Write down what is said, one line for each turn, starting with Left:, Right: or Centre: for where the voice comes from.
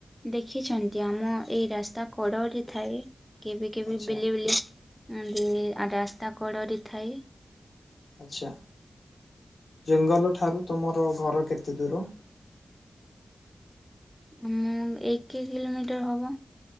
Centre: ଦେଖିଛନ୍ତି ଆମ ଏଇ ରାସ୍ତା ତା
Left: ଆଚ୍ଛା
Centre: କଡରେ ଥାଏ କେବେ କେବେ
Left: ଆଚ୍ଛା
Centre: ବିଲ ବୁଲି ଏମ୍ ଟି ରାସ୍ତା କଡରେ ଥାଇ
Left: ଆଛା ଜଙ୍ଗଲ ଠାରୁ ତମର ଘର କେତେ ଦୂର?
Centre: ହୁଁ ଏକ କିଲୋମିଟର ହବ।